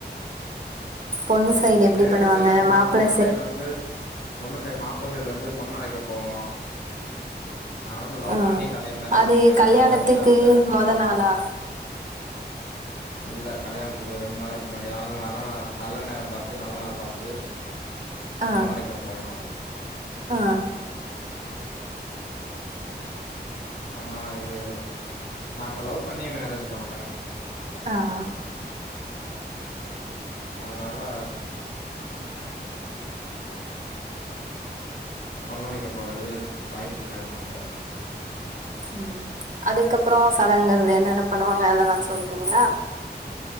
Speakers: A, on the right; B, on the left.
A: பொண்ணு சைடு எப்டி
B: மேரேஜ்ல
A: பண்ணுவாங்க
B: என்ன பணுவாங்க
A: மாப்ள
B: பொண்ணு சைடு வந்து பொண்ணு சைடு மாப்பிள சைடு வந்து பொண்ண அலைக்க போவோ நா வந்து லவ்
A: ஆ
B: பண்ணி கல்ய மேரேஜ்
A: அது
B: பண்ட்ட அதனால
A: கல்யாணத்துக்கு
B: வந்து அந்த
A: மொத நாளா
B: இல்ல கல்யாணத்துக்கு ரெண்டு நாளைக்கு முன்னாடி ந நல்ல நாள் நல்ல நேர பாத் து நல்ல நாள் பாத்து
A: ஆ
B: பொண்ணு அழைக்க போவோ
A: ஆ
B: ஆனா இது நா இப்ப லவ் பண்ணி மேரேஜ் பணிட்டே
A: ஆ
B: அதனால பொண்ணளிக்க போறது வாய்ப் இல்லன்ட்டாங்க
A: ம் அதுக்கப்றோ சடங்கள் என்னென்ன பணுவாங்க அதெல்லா சொல்றீங்ளா